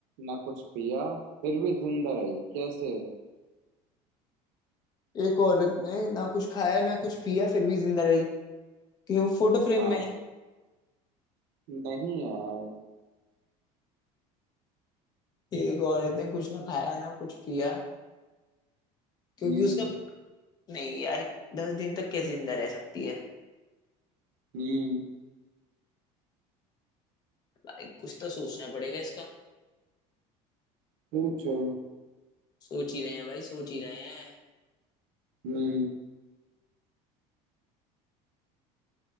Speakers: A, on the right (about 65°); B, on the left (about 25°).
A: न कुछ पिया फिर भी जिंदा रही कैसे
B: एक औरत ने ना कुछ खाया ना कुछ पिया फिर भी जिंदा रही क्योंकि वो फोटो फ्रेम
A: हाँ
B: में है
A: नहीं यार
B: एक औरत ने कुछ ना खाया ना कुछ पिया क्योंकि
A: हम्म
B: उसका नहीं यार दस दिन तक कैसे जिंदा रह सकती है
A: हम्म
B: भाई कुछ तो सोचना पड़ेगा इसका
A: सोचो
B: सोच ही रहे हैं भाई सोच ही रहे हैं
A: हम्म